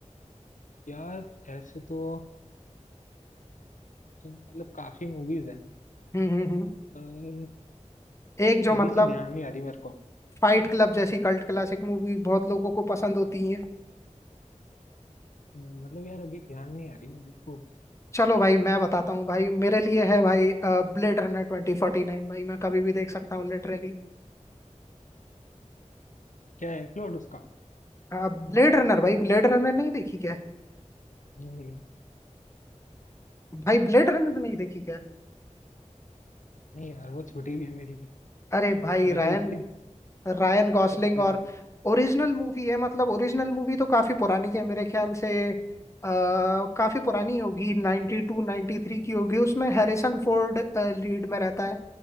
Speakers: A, on the left; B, on the left.
A: यार ऐसे तो तुम मतलब काफी मूवीज हैं
B: हम्म हम्म हम्म
A: पर
B: एक जो
A: अभी
B: मतलब
A: तो ध्यान नहीं आ रही मेरे को
B: फाइट क्लब जैसी कल्ट क्लासिक मूवी बहुत लोगों को पसंद होती है
A: हम्म, मतलब यार अभी ध्यान नहीं आ रही मेरे को
B: चलो भाई मैं बताता हूँ भाई मेरे लिए है भाई Blade Runner twenty forty nine भाई मैं कभी भी देख सकता हूँ लिटरली
A: क्या है प्लॉट उसका
B: ब्लेड रनर भाई ब्लेड रनर नहीं देखी क्या
A: नहीं नहीं
B: भाई ब्लेड रनर नहीं देखी क्या
A: नहीं यार वो छोटी भी है मेरी भी
B: अरे भाई
A: पर अगर
B: रायन
A: इतनी
B: रायन गॉसलिंग
A: बताओ
B: और ओरिजिनल मूवी है मतलब ओरिजिनल मूवी तो काफी पुरानी है मेरे ख्याल से आ, काफी पुरानी होगी 92 टू नाइन्टी थ्री की होगी उसमें हैरिसन फोर्ड लीड में रहता है